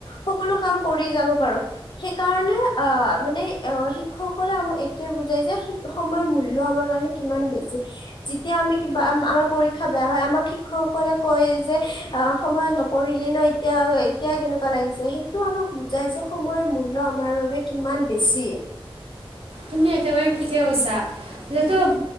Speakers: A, on the left (about 55°); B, on the right (about 75°).
A: সকলো কাম কৰি যাব পাৰো সেই সেই কাৰণে অ, মানে অ, শিক্ষকসকলে আমাক এইটোয়ে বুজাই যে সময়ৰ মূল্য আমাৰ কাৰণে কিমান বেছি যেতিয়া আমি কিবা আমাৰ পৰীক্ষা বেয়া হয় আমাক শিক্ষকসকলে কয় যে অ সময়ত নপঢ়িলি ন এতিয়া এতিয়া কেনেকুৱা লাগিছে সেইটো আমাক বুজাইছে সময়ৰ মূল্য মূল্য আমাৰ বাবে কিমান বেছি
B: তুমি একেবাৰে ঠিকে কৈছা যিহেতু